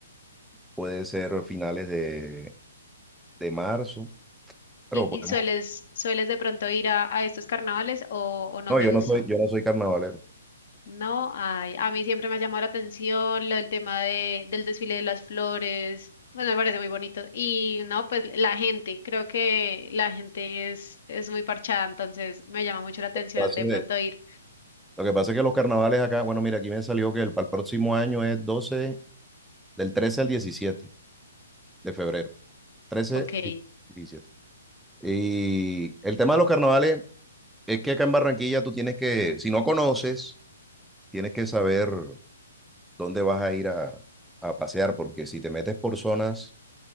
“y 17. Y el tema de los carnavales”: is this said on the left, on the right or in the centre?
Centre